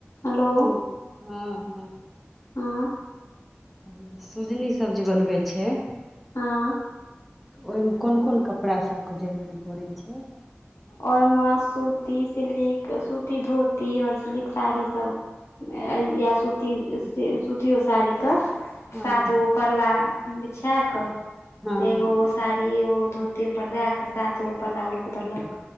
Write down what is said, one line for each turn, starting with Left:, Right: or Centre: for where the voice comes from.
Left: hello
Centre: ख हँ हँ
Left: हँ
Centre: ह सुजनी सब जे बनबै छै
Left: हँ
Centre: ओहिमे कोन कोन कपड़ासभके जरूरी पड़ै छै
Left: रमे सूती सिलक सूती धोती आऔर सिल्क साड़ी सब या सुती सुतियौ साड़ी क
Centre: हँ
Left: सात गो पला बिछा क
Centre: हँ
Left: एगो साडी आर एगो धोतीपर दए क सातगो पल्ला लोक देलक